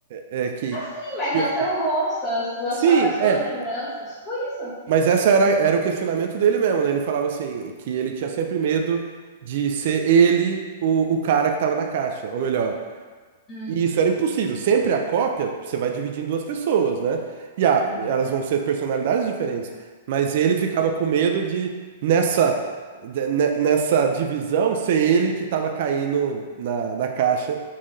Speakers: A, on the right (about 60°); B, on the left (about 20°).
A: É que
B: sim, mas
A: que-
B: é o seu rosto, as tuas
A: Sim,
B: formas, as
A: é
B: tuas lembranças, tipo isso.
A: Mas essa era, era o questionamento dele mesmo, né? Ele falava assim, que ele tinha sempre medo de ser ele o, o cara que tava na caixa, ou melhor.
B: Uhum,
A: E isso era impossível. Sempre a cópia, você vai dividir em duas pessoas, né? E ah,
B: sim.
A: elas vão ser personalidades diferentes. Mas ele ficava com medo de, nessa, de- ne- nessa divisão, ser ele que tava caindo na, na caixa.